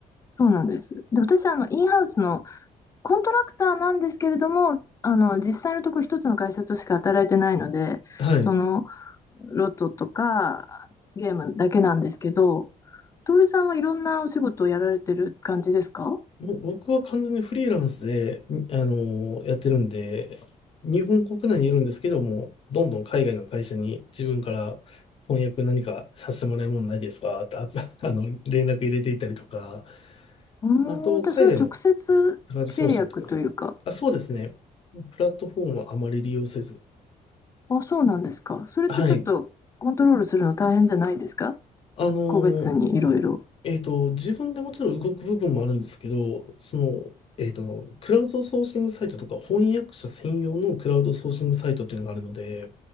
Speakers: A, on the left (about 20°); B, on the left (about 40°).
A: そうなんです。で、私、あの、インハウスのコントラクターなんですけれども、あの、実際のとこ一つの会社としか働いてないので、
B: <laughs> はい。
A: その、ロトとか、ゲームだけなんですけど、トールさんはいろんなお仕事をやられてる感じですか
B: もう僕は完全にフリーランスで、にあのーやってるんで、日本国内にいるんですけども、どんどん海外の会社に自分から翻訳何かさせてもらえるもんないですかって、あ、<laughs> あの、連絡入れていったりとか、
A: うーん、
B: あと、
A: じゃあそれは直接契約というか、
B: 海外のクラウドソーシングとかですね。あ、そうですね。プラットフォームはあまり利用せず。
A: あ、そうなんですか。それってちょっとコントロールするの大変じゃないですか
B: はい。あの
A: 個別にいろいろ。
B: ーえっと、自分でもちろん動く部分もあるんですけど、その、えっと、クラウドソーシングサイトとか翻訳者専用のクラウドソーシングサイトっていうのがあるので、